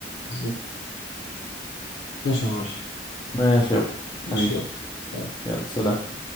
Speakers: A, on the left; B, on the left.
A: بالظبط ماشي يا معلم
B: ماشي يابا
A: ماشي
B: حبيبي
A: يلا سلام.
B: يلا سلام